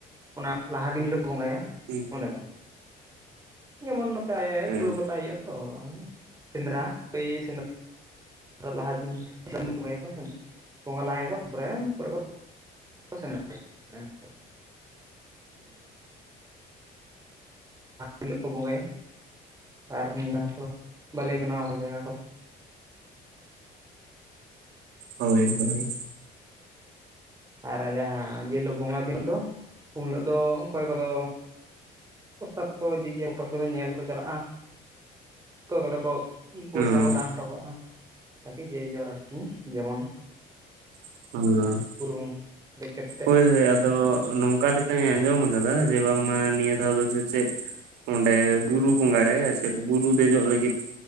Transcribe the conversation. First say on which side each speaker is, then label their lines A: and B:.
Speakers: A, on the right (about 20°); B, on the right (about 80°).
A: ᱚᱱᱟ ᱞᱟᱦᱟ ᱫᱤᱱ ᱦᱤᱞᱚᱹᱜ ᱠᱚ ᱵᱚᱸᱜᱟᱭᱟ
B: ᱦᱮᱸ
A: ᱚᱸᱰᱮ ᱫᱚ ᱡᱮᱢᱚᱱ ᱱᱚᱛᱮ
B: ᱦᱮᱸ
A: ᱴᱩᱩᱨᱟᱹ ᱯᱟᱛᱟ ᱦᱩᱭᱩᱜᱼᱟ ᱛᱚ ᱥᱮᱸᱫᱽᱨᱟ ᱚᱭ ᱥᱮᱸᱫᱽᱨᱟ ᱛᱟᱨ ᱞᱟᱦᱟ ᱫᱤᱱ ᱫᱚᱥᱟᱨ ᱵᱚᱸᱜᱟᱭᱟᱠᱚ ᱥᱮ ᱵᱚᱸᱜᱟ ᱞᱟᱦᱟᱭᱟᱠᱚ ᱛᱟᱨᱯᱚᱨᱮ ᱯᱚᱨᱮ <unintelligible> ᱢᱟᱲᱟᱝ ᱦᱤᱞᱳᱜ ᱠᱚ ᱵᱚᱸᱜᱟᱭᱟ <unintelligible> ᱵᱟᱞᱮ ᱵᱮᱱᱟᱣ ᱠᱟᱜᱟ ᱡᱟᱭᱜᱟ ᱠᱚ᱾
B: ᱦᱳᱭ-ᱦᱳᱭ
A: ᱟᱨ ᱡᱟᱦᱟᱸ ᱡᱮ ᱦᱤᱞᱳᱜ ᱵᱚᱸᱜᱟ ᱫᱤᱱᱳᱜ ᱫᱚ, ᱩᱱ ᱦᱤᱞᱳᱜ ᱫᱚ ᱚᱠᱚᱭ ᱠᱚᱫᱚᱼᱼ ᱯᱨᱚᱥᱟᱫ ᱠᱚ ᱤᱫᱤ ᱜᱮᱭᱟ, ᱚᱠᱚᱭ ᱠᱚᱫᱚ ᱧᱮᱞ ᱠᱚ ᱪᱟᱞᱟᱜ-ᱟ, ᱚᱠᱚᱭ ᱠᱚᱫᱚ ᱠᱚᱼᱼ ᱯᱚᱭᱥᱟ
B: ᱚᱸ
A: ᱠᱚ ᱫᱟᱱ ᱦᱚᱴᱚ ᱠᱟᱜ-ᱟ, ᱟᱨᱠᱤ ᱡᱮ ᱡᱟᱨ ᱟᱨᱠᱤ ᱡᱮᱢᱚᱱ,
B: <inaudible>
A: ᱩᱨᱩᱢ ᱵᱮᱠᱮᱴ ᱨᱮ,
B: ᱦᱳᱭ-ᱦᱳᱭ ᱟᱫᱚ ᱱᱚᱝᱠᱟ ᱞᱮᱠᱟᱹᱧ ᱟᱸᱡᱚᱢ ᱟᱠᱟᱫᱟ ᱡᱮ ᱵᱟᱝᱢᱟ ᱱᱤᱭᱟᱹ ᱫᱷᱟᱣ ᱫᱚ ᱥᱮᱪᱮᱫᱼᱼ ᱚᱸᱰᱮ ᱵᱩᱨᱩ ᱵᱚᱸᱜᱟ ᱨᱮ, ᱥᱮ ᱵᱩᱨᱩ ᱫᱮᱡᱚᱜ ᱞᱟᱹᱜᱤᱫ